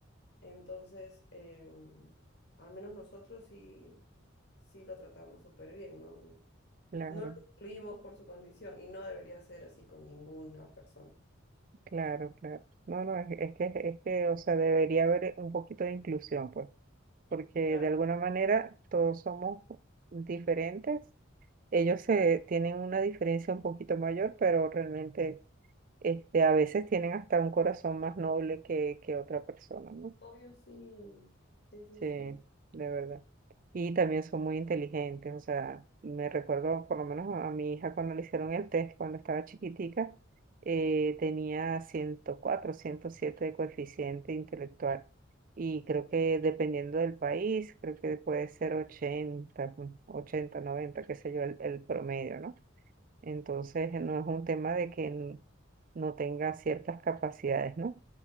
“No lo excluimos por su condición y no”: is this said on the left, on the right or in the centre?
Left